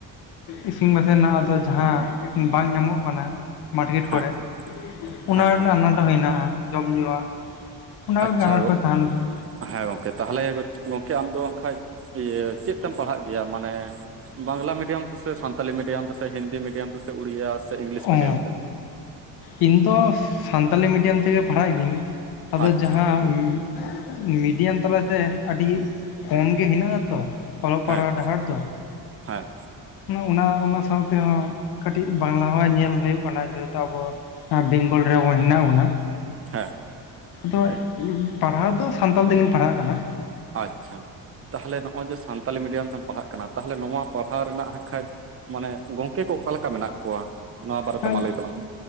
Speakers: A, on the left; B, on the right.
A: ᱤᱥᱤᱱ ᱵᱟᱥᱟᱝ ᱱᱟᱦᱟᱜ ᱟᱫᱚ ᱡᱟᱦᱟᱸ ᱵᱟᱝ ᱧᱟᱢᱚᱜ ᱠᱟᱱᱟ ᱢᱟᱨᱠᱮᱴ
B: ᱦᱮᱸ
A: ᱠᱚᱨᱮ ᱚᱱᱟ
B: ᱦᱮᱸ
A: ᱨᱮᱱᱟᱜ
B: ᱮᱠᱫᱚᱢ
A: ᱟᱱᱟᱴ ᱦᱮᱱᱟᱜᱼᱟ ᱡᱚᱢ ᱧᱩᱣᱟᱜ ᱚᱱᱟ
B: ᱟᱪᱪᱷᱟ
A: ᱠᱚᱜᱮ ᱟᱱᱟᱴ
B: ᱜᱚᱜ
A: ᱠᱚ ᱛᱟᱦᱮᱱ ᱜᱮᱭᱟ
B: ᱦᱮᱸ ᱜᱚᱢᱠᱮ ᱛᱟᱦᱚᱞᱮ ᱜᱚᱝᱠᱮ ᱟᱢ ᱫᱚ ᱦᱟᱸᱜ ᱠᱷᱟᱡ ᱤᱭᱟᱹ ᱪᱮᱫ ᱛᱮᱢ ᱯᱟᱲᱦᱟᱜ ᱜᱮᱭᱟ ᱢᱟᱱᱮ ᱵᱟᱝᱞᱟ ᱢᱤᱰᱤᱭᱟᱢ ᱛᱮᱥᱮ ᱥᱟᱱᱛ ᱥᱟᱱᱛᱟᱞᱤ ᱢᱤᱰᱤᱭᱟᱢ ᱛᱮ ᱥᱮ ᱦᱤᱱᱫᱤ ᱢᱤᱰᱤᱭᱟᱢ ᱛᱮ ᱥᱮ ᱩᱲᱤᱭᱟ ᱥᱮ ᱤᱝᱞᱤᱥ ᱢᱤᱰᱤᱭᱟᱢ
A: ᱚ
B: ᱛᱮ
A: ᱤᱧ ᱫᱚ ᱥᱟᱱᱛᱟᱞᱤ ᱢᱤᱰᱤᱭᱟᱢ ᱛᱮᱜᱮ ᱯᱟᱲᱦᱟᱜ ᱜᱤᱭᱟᱹᱧ, ᱟᱫᱚ
B: ᱟᱪᱪᱷᱟ
A: ᱡᱟᱦᱟᱸ ᱢᱤᱰᱤᱭᱟᱢ ᱛᱟᱞᱟᱛᱮ ᱟᱹᱰᱤ ᱜᱤ ᱠᱚᱢ ᱜᱮ ᱦᱮᱱᱟᱜ-ᱟ ᱛᱚ ᱚᱞᱚᱜ ᱯᱟᱲᱦᱟᱣ
B: ᱦᱮᱸ
A: ᱰᱟᱦᱟᱨ ᱫᱚ
B: ᱦᱮᱸ
A: ᱚᱱᱟ ᱚᱱᱟ ᱚᱱᱟ ᱥᱟᱶᱛᱮᱦᱚᱸ ᱠᱟᱹᱴᱤᱡ ᱵᱟᱝᱞᱟ ᱦᱚᱸ ᱧᱮᱞ ᱦᱩᱭᱩᱜ ᱠᱟᱱᱟ ᱡᱮᱦᱮᱛᱩ ᱟᱵᱚ ᱵᱮᱝᱜᱚᱞ ᱨᱮ ᱟᱵᱚ ᱦᱮᱱᱟᱜ ᱵᱚᱱᱟ
B: ᱦᱮᱸ
A: ᱛᱚᱜ ᱯᱟᱲᱦᱟᱣ ᱫᱚ ᱥᱟᱱᱛᱟᱞ ᱛᱮᱜᱮᱢ ᱯᱟᱲᱦᱟᱜ ᱠᱟᱱᱟ
B: ᱟᱪᱷᱟ ᱛᱟᱦᱞᱮ ᱱᱚᱜ-ᱚᱭ ᱡᱮ ᱥᱟᱱᱛᱟᱞᱤ ᱢᱤᱰᱤᱭᱟᱢ ᱛᱮᱢ ᱯᱟᱲᱦᱟᱜ ᱠᱟᱱᱟ ᱛᱟᱦᱚᱞᱮ ᱱᱚᱣᱟ ᱯᱟᱲᱦᱟᱣ ᱨᱮᱱᱟᱜ ᱠᱷᱟᱡ ᱢᱟᱱᱮ ᱜᱚᱝᱠᱮ ᱠᱚ ᱚᱠᱟ ᱞᱮᱠᱟ ᱢᱮᱱᱟᱜ ᱠᱚᱣᱟ, ᱱᱚᱣᱟ ᱵᱟᱨᱮᱛᱮ
A: ᱟᱨ
B: ᱢᱟ ᱞᱟᱹᱭ ᱛᱟᱞᱟᱝ ᱢᱮ